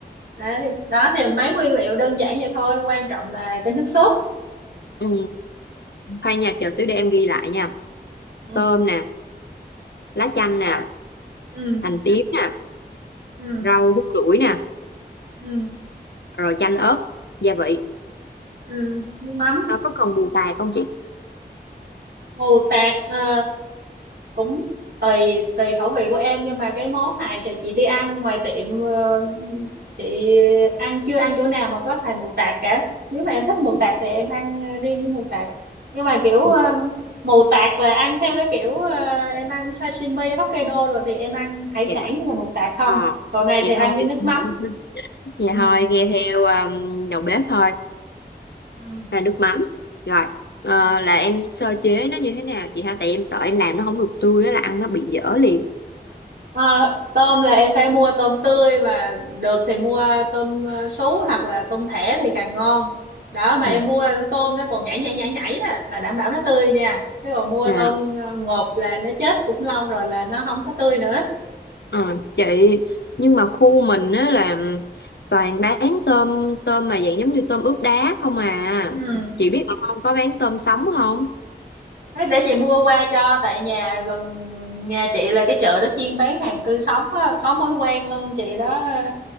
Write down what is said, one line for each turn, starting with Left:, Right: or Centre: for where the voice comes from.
Right: đấy đó thì mấy nguyên liệu đơn giản vậy thôi quan trọng là cái nước sốt
Left: ừ. thôi nha chờ xíu để em ghi lại nha
Right: ừ
Left: tôm nè lá chanh nè
Right: ừ
Left: hành tím nè
Right: ừ
Left: rau hút lủi nè
Right: ừ
Left: rồi chanh ớt gia vị
Right: ừ nước mắm
Left: Ờ, có cần bù tài không chị
Right: mù tạt ờ, cũng tùy tùy khẩu vị của em nhưng mà cái món này thì chị đi ăn ngoài tiệm ờ, chị ăn chưa ăn chỗ nào mà có xài mù tạt cả nếu mà em thích mù
Left: Ừ,
Right: tạt thì em ăn riêng với mù tạt nhưng mà kiểu
Left: ừ,
Right: ờ, mù tạt là ăn theo cái kiểu ờ, em ăn sashimi Hokkaido rồi thì em ăn hải sản
Left: dạ
Right: như là mù tạt không
Left: ờ
Right: chỗ này
Left: vậy
Right: thì ăn
Left: thôi
Right: với
Left: <laughs>
Right: nước mắm
Left: vậy
Right: ừ
Left: thôi nghe theo um, đầu bếp thôi
Right: ừ
Left: là nước mắm rồi ờ,
Right: ừ.
Left: là em sơ chế nó như thế nào chị ha tại em sợ em làm nó không được tươi á là ăn nó bị dở liền
Right: À, tôm là em phải mua tôm tươi mà được thì mua tôm ờ, sú hoặc là tôm thẻ thì càng ngon đó mà
Left: Ừ.
Right: em mua tôm nó còn nhảy nhảy nhảy nhảy á, là đảm bảo nó tươi nha chứ còn mua
Left: à,
Right: tôm ờ, ngộp là nó chết cũng lâu rồi là nó không có tươi nữa
Left: ờ, chị nhưng mà khu mình á là toàn bán tôm tôm mà dạng giống như tôm ướp đá không à
Right: ừ.
Left: chị biết ở không có bán tôm sống không
Right: Thế để chị mua qua cho tại nhà gần nhà chị là cái chợ nó chuyên bán hàng tươi sống á, có mối quen luôn chị đó ờ,